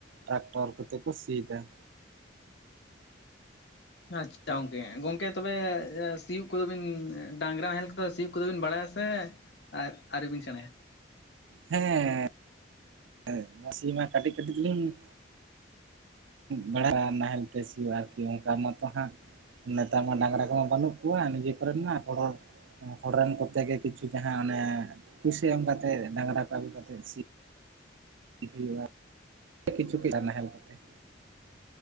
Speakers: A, on the right; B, on the left.
A: ᱴᱟᱠᱴᱟᱨ ᱠᱟᱛᱮ ᱠᱚ ᱥᱤᱭ ᱛᱟᱦᱮᱱ᱾
B: ᱟᱪᱪᱷᱟ ᱜᱚᱝᱠᱮ ᱜᱚᱝᱠᱮ ᱛᱚᱵᱮᱻ ᱥᱤᱭᱳᱜ ᱠᱚᱸᱫᱚᱵᱤᱱ ᱰᱟᱝᱨᱟ ᱱᱟᱦᱮᱞ ᱠᱚᱫᱚᱸ ᱥᱤᱭᱳᱜ ᱠᱚᱸᱫᱚᱵᱤᱱ ᱵᱟᱲᱟᱭ-ᱟ ᱥᱮ ᱟᱨ ᱟᱨᱣᱨᱤ ᱵᱤᱱ ᱥᱮᱬᱟᱭ-ᱟ᱾
A: ᱦᱮᱸᱻ ᱦᱮᱸ ᱥᱤᱭ ᱢᱟ ᱠᱟᱹᱴᱤᱡ ᱠᱟᱹᱴᱤᱡ ᱫᱚᱞᱤᱧᱸᱼᱼᱼ ᱵᱮᱲᱟᱜᱼᱟ ᱱᱟᱦᱮᱞ ᱛᱮ ᱥᱤᱭᱳᱜ ᱟᱨᱠᱤ ᱚᱱᱠᱟ ᱢᱟᱛᱚ ᱦᱟᱸᱜ ᱱᱮᱛᱟᱨ ᱢᱟ ᱰᱟᱝᱨᱟ ᱠᱚᱢᱟ ᱵᱟᱹᱱᱩᱜ ᱠᱚᱣᱟ ᱱᱤᱡᱮ ᱠᱚᱨᱮ ᱢᱟ ᱦᱚᱲᱹᱚᱲᱼᱼ ᱦᱚᱲ ᱨᱮᱱ ᱠᱚᱛᱮ ᱜᱮ ᱠᱤᱪᱷᱩ ᱡᱟᱦᱟᱸ ᱚᱱᱮ ᱯᱩᱭᱥᱟᱹ ᱮᱢ ᱠᱟᱛᱮᱜ ᱰᱟᱝᱨᱟ ᱠᱚ ᱟᱹᱜᱩ ᱠᱟᱛᱮᱜ ᱥᱤᱼᱼᱼ ᱦᱩᱭᱩᱜᱼᱟ ᱠᱤᱪᱷᱩ ᱠ ᱱᱟᱦᱮᱞ ᱠᱚᱛᱮᱼᱼᱼ